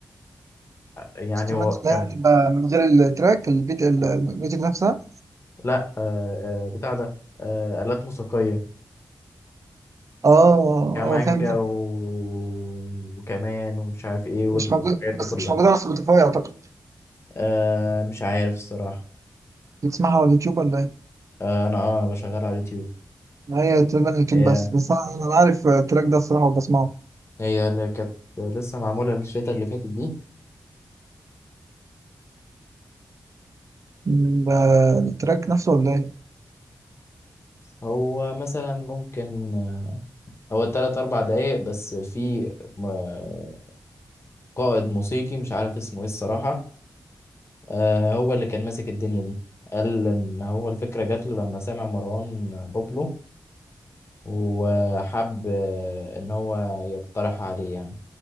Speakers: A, on the left; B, on the right.
A: يعني
B: انسترومنت
A: هو
B: ده
A: كان
B: يعني ب- من غير التراك البيت ال- الميوزك نفسها
A: لا آه آه بتاع ده آه آلات موسيقية
B: اه
A: كمانجا
B: اه فهمت
A: و... وكمان ومش عارف ايه وال-
B: مش موجود
A: والحاجات
B: بس
A: دي كلها
B: مش موجود على سبوتيفاي اعتقد
A: آه مش عارف الصراحة
B: بتسمعها على اليوتيوب ولا ايه؟
A: آه انا اه بشغل على اليوتيوب
B: هي تقريبا اليوتيوب
A: هي
B: بس بس انا أنا عارف التراك ده الصراحه وبسمعه
A: هي اللي كانت لسه معمولة الشتا اللي فاتت دي
B: م، ب- التراك نفسه ولا ايه؟
A: هو مثلا ممكن هو تلات أربع دقايق بس في م- قائد موسيقي مش عارف اسمه ايه الصراحة آه هو اللي كان ماسك الدنيا دي قال إن هو الفكرة جات له لما سمع مروان بابلو وحب آه، إن هو يقترح عليه يعني